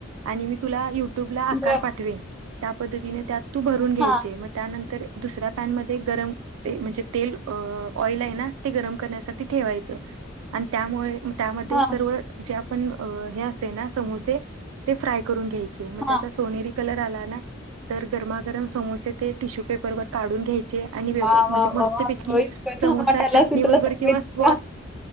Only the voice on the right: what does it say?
आणि मी तुला युट्यूबला आकार
पाठवेन त्या पद्धतीने त्यात तू भरून घ्यायचे
मग त्यानंतर दुसऱ्या पॅन मध्ये गरम म्हणजे तेल ऑइल आहे ना ते गरम करण्यासाठी ठेवायचं आणि त्यामुळे त्यामध्ये
सर्व जे आपण हे असते ना समोसे ते फ्राय करून घ्यायचे मग त्याचा
सोनेरी कलर आला ना तर गरमागरम समोसे ते टिश्यू पेपर वर काढून घ्यायचे
म्हणजे
मस्त
पैकी
समोसा
चटणी
बरोबर
किंवा
सॉस